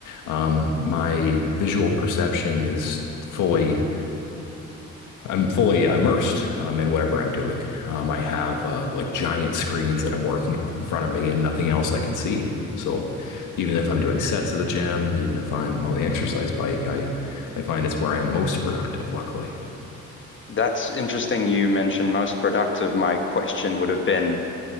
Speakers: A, on the left; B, on the left.
A: um, my visual perception is fully I'm fully immersed um, in whatever I'm doing. Um, I have uh, like giant screens that I'm working on in front of me and nothing else I can see. So even if I'm doing sets at the gym, even if I'm on the exercise bike, I, I find it's where I'm most productive, luckily.
B: that's interesting you mentioned most productive? My question would have been